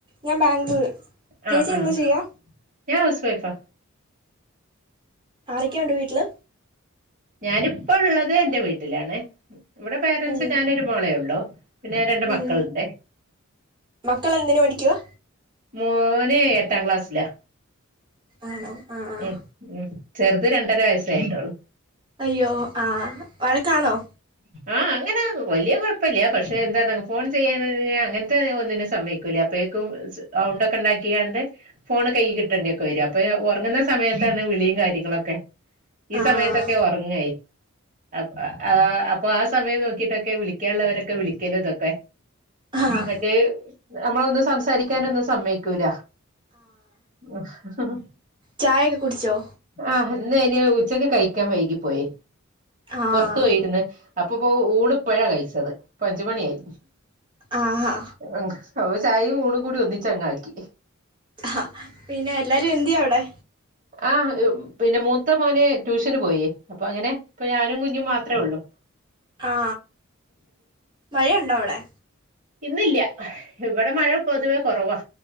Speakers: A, on the right (about 25°); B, on the right (about 40°).
A: ഞാൻ ബാംഗ്ലൂര് ചേച്ചി
B: ആഹ് ആഹ്
A: എന്ത് ചെയ്യാ
B: ഞാൻ ഹൗസ് വൈഫാ
A: ആരൊക്കെ ഉണ്ട് വീട്ടില്
B: ഞാനിപ്പോ ഉള്ളത് എന്റെ വീട്ടിലാണ് ഇവിടെ പേരൻറ്സ്
A: ഉം
B: ഞാനൊ ഒരു മോളേ ഉള്ളു പിന്നെ രണ്ട് മക്കളുണ്ട്
A: ഉം മക്കൾ എന്തിന് പഠിക്കുവാ
B: മോന് എട്ടാം ക്ലാസ്സിലാ.
A: ആണോ ആഹ് ആഹ്
B: ഉം ഉം ചെറുത് രണ്ടര വയസായിട്ടോള്ളൂ.
A: അയ്യോ ആഹ് വഴക്കാണോ?
B: ആഹ് അങ്ങനെ വല്യ കൊഴപ്പല്യ. പക്ഷെ എന്താന്നാ ഫോൺ ചെയ്യന് <unintelligible> അങ്ങൻത്തെ ഒന്നിനും സമ്മയ്ക്കൂല്ല അപ്പെ ക്കും സ് ഔണ്ടൊക്കെണ്ടാക്കിയാണ്ട് ഫോൺ കൈ കിട്ടേണ്ടിക്കെ വരു. അപ്പൊയേ ഒർങ്ങുന്ന സമയത്താണ് വിളിയും കാര്യങ്ങളൊക്കെ. ഈ
A: ആഹ്
B: സമയത്തൊക്കെ ഒറങ്ങായി. അപ് അഹ് ആഹ് അപ്പൊ ആ സമയം നോക്കിട്ടൊക്കെ വിളിക്കാൻള്ളവരൊക്കെ വിളിക്കലോതൊക്കെ.
A: ആഹ്
B: മറ്റേ നമ്മളൊന്നും സംസാരിക്കാനൊന്നും സമ്മയ്ക്കൂല. ഒഹ്.
A: ചായക്കെ കുടിച്ചോ?
B: ആഹ് ഇന്ന് അയ്ന് ഉച്ചക്ക് കഴിക്കാൻ വൈകി പോയി.
A: ആഹ്
B: പൊർത്തു പോയിര്ന്ന് അപ്പപ്പോ ഊണിപ്പഴാ കഴിച്ചത്. പ അഞ്ചുമണിയായി
A: ആഹാ
B: അപ്പ ചായയും ഊണും കൂടി ഒന്നിച്ചങ്ങാക്കി.
A: ഹാ പിന്നെ എല്ലാരും എന്ത്യേ അവിടെ.
B: ആഹ് പിന്നെ മൂത്ത മോന് ട്യൂഷന് പോയേ അപ്പൊ അങ്ങനെ ഇപ്പ ഞാനും കുഞ്ഞും മാത്ര ഉള്ളൂ.
A: ആ മഴയുണ്ടോ അവിടെ?
B: ഇന്നില്ല്യ ഇവിടെ മഴ പൊതുവേ കൊറവാ.